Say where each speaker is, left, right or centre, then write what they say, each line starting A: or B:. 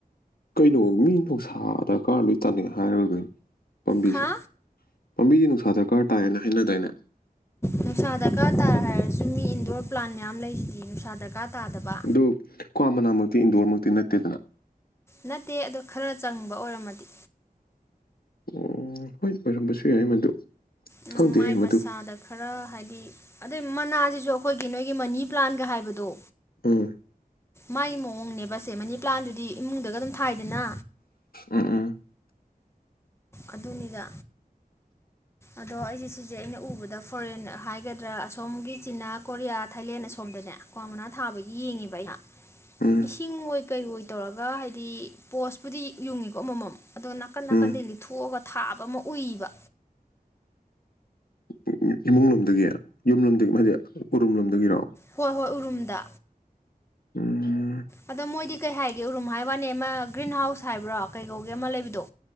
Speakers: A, on the left; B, on the left.
A: ꯀꯩꯅꯣ ꯃꯤ ꯅꯨꯡꯁꯥ ꯗ꯭ꯔꯀꯥꯔ ꯂꯣꯏ ꯇꯅꯩ ꯍꯥꯏꯔꯒ ꯄꯥꯝꯕꯤꯁꯦ
B: ꯍꯥ
A: ꯄꯥꯝꯕꯤ ꯅꯨꯡꯁꯥ ꯗ꯭ꯔꯀꯥ꯭ꯔ ꯇꯥꯏꯌꯦꯅ ꯍꯥꯏꯅꯗꯥꯏꯅꯦ
B: ꯅꯨꯡꯁꯥ ꯗ꯭ꯔꯀꯥ꯭ꯔ ꯇꯥꯏ ꯍꯥꯏꯔꯁꯨ ꯃꯤ ꯏꯟꯗꯣ꯭ꯔ ꯄ꯭ꯂꯥꯟ ꯃꯌꯥꯝ ꯂꯩꯁꯤꯗꯤ ꯗꯔꯀꯥꯔ ꯇꯥꯗꯕ
A: ꯑꯗꯨ ꯀ꯭ꯋꯥ ꯃꯅꯥꯃꯛꯇꯤ ꯏꯟꯗꯣ꯭ꯔꯃꯛꯇꯤ ꯅꯠꯇꯦꯗꯅ
B: ꯅꯠꯇꯦ ꯑꯗꯨ ꯈ꯭ꯔ ꯆꯪꯕ ꯑꯣꯏꯔꯝꯃꯗꯤ
A: ꯎꯝ ꯍꯣꯏ ꯑꯣꯏꯔꯝꯕꯁꯨ ꯌꯥꯏ ꯃꯗꯨ
B: ꯎꯝ
A: ꯈꯪꯗꯦꯍꯦ
B: ꯃꯥꯏ
A: ꯃꯗꯨ
B: ꯃꯁꯥꯗ ꯈꯔ ꯍꯥꯏꯗꯤ ꯑꯗꯩ ꯃꯅꯥꯁꯤ ꯑꯗꯣ ꯑꯩꯈꯣꯏꯒꯤ ꯅꯣꯏꯒꯤ ꯃꯅꯤ ꯄ꯭ꯂꯥꯟꯒ ꯍꯥꯏꯕꯗꯣ
A: ꯎꯝ
B: ꯃꯥꯏ ꯃꯑꯣꯡꯅꯦꯕ ꯑꯁꯦ ꯃꯅꯤ ꯄ꯭ꯂꯥꯟꯗꯨꯗꯤ ꯏꯃꯨꯡꯗꯒ ꯑꯗꯨꯝ ꯊꯥꯏꯗꯅ
A: ꯎꯝ ꯎꯝ
B: ꯑꯗꯨꯅꯤꯗ
A: <inaudible>
B: ꯑꯗꯣ ꯑꯩꯖꯦ ꯁꯤꯖꯦ ꯑꯩꯅ ꯎꯕꯗ ꯐꯣꯔꯦꯟ ꯍꯥꯏꯒꯗ꯭ꯔꯥ ꯑꯁꯣꯝꯒꯤ ꯆꯤꯅꯥ ꯀꯣꯔꯤꯌꯥ ꯊꯥꯏꯂꯦꯟ ꯑꯁꯣꯝꯗꯅꯦ ꯀ꯭ꯋꯥ ꯃꯅꯥ ꯊꯥꯕꯒꯤ ꯌꯦꯡꯉꯦꯕ ꯑꯩꯅ
A: ꯎꯝ
B: ꯏꯁꯤꯡ ꯑꯣꯏ ꯀꯩ ꯑꯣꯏ ꯇꯧꯔꯒ ꯍꯥꯏꯗꯤ ꯄꯣꯁꯄꯨꯗꯤ ꯌꯨꯡꯉꯤꯀꯣ ꯑꯃꯃꯝ ꯑꯗꯣ ꯅꯥꯀꯟ ꯅꯥꯀꯟꯗꯩ
A: ꯎꯝ
B: ꯂꯤꯠꯊꯣꯛꯑꯒ ꯊꯥꯕ ꯑꯃ ꯎꯏꯕ
A: ꯎ ꯎ ꯎ ꯏꯃꯨꯡ ꯂꯣꯝꯗꯒꯤ ꯌꯨꯝ ꯂꯣꯝꯗꯒꯤ ꯍꯥꯏꯗꯤ ꯎꯔꯨꯝ ꯂꯣꯝꯗꯒꯤꯔꯣ
B: ꯍꯣꯏ ꯍꯣꯏ ꯎꯔꯨꯝꯗ
A: ꯎꯝꯝ
B: ꯑꯗꯣ ꯃꯣꯏꯗꯤ ꯀꯩ ꯍꯥꯏꯒꯦ ꯎꯔꯨꯝ ꯍꯥꯏꯋꯥꯅꯤ ꯑꯃ ꯒ꯭ꯔꯤꯟ ꯍꯥꯎꯁ ꯍꯥꯏꯕ꯭ꯔꯥ ꯀꯩꯀꯧꯒꯦ ꯑꯃ ꯂꯩꯕꯗꯣ